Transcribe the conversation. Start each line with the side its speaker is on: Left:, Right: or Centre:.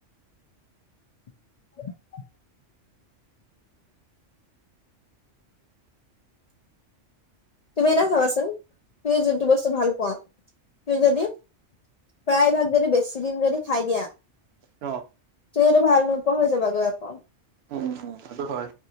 Left: <inaudible> তুমি এটা চাবাচোন তুমি যোনটো বস্তু ভাল পোৱা তুমি যদি প্ৰায় ভাগ যদি বেছি দিন যদি খাই দিয়া
Right: অ।
Left: তুমি সেইটো ভাল নোপোৱা হৈ যাবা আকৌ।
Right: উম উম সেইটো হয়।